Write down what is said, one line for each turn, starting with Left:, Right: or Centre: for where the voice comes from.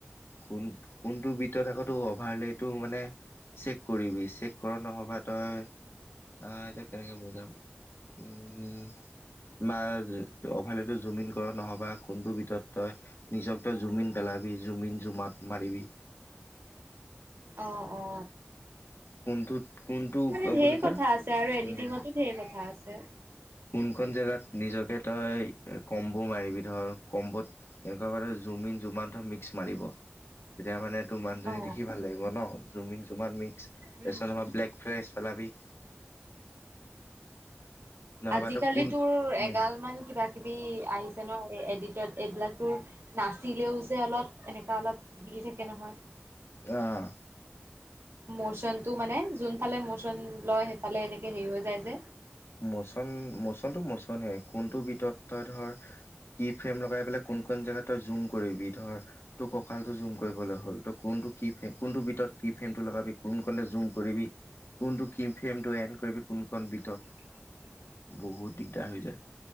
Left: কোন কোনটো বি তিত আকৌ তো অভাৰলেটো মানে চেক কৰিবি চেক কৰা নহ'বা তই। আহ, এতা কেনেকৈ বোজাম। উম, বা অভালেতো জুমিন কৰ নহ'ব বা কোনটো ভিতৰত তই নিজক তই জুমিন পেলাবি জুমিন জোমৱাওত মাৰিবি।
Right: অ, অ,
Left: কোনটোত কোনটো
Right: মানে ধেৰ
Left: বুলি কয়
Right: কথা আছে, আৰু এডিটিঙতো
Left: উম
Right: ধেৰ কথা আছে।
Left: কোনখন জেগাত নিজকে তই কম্বো মাৰিবি। ধৰ কম্বত কেনেকুৱা বাৰ জুমিন জুমমান ধৰ মিক্স মাৰিব। তেতিয়া মানে তোৰ মানজনী
Right: অ
Left: দেখি ভাল লাগিব ন? জুমিন জুৱাত মিক্স তাৰপিছত
Right: উম
Left: নহা ব্লেক ফ্ৰেছ পেলাবি। নহবা
Right: আজিকালি
Left: তই কোন
Right: তোৰ
Left: উম
Right: এগাল মান কিবা কিবি আহিছে। ন এডিটত এইবিলাকতো নাচিলেও যে অলপ এনেককা অলপ হিলি থাকে নহয়।
Left: অ',
Right: ম'চন টো মানে যোন ফালে ম'চন লয়, সেইফালে এনেকে হেৰি হৈ যায় যে?
Left: মোচন-মোচনটো মোচনেই কোনটো বিতত তই ধৰ কি ফ্ৰেম লগাই পেলাই কোন-কোন জেগাত তই জুম কৰিবি ধৰ, ত কঁকালটো জুম কৰিবলৈ হ'ল ত' কোনটো ফ কোনটো ভিতৰত কি ফ্ৰেমটো লগাবি কোন ক জুম কৰিবি। কোনটো কিম ফ্ৰেমটো এড কৰিবি, কোন কণ বিটত
Right: <inaudible>
Left: বহুত দিগদাৰ হৈ যায়।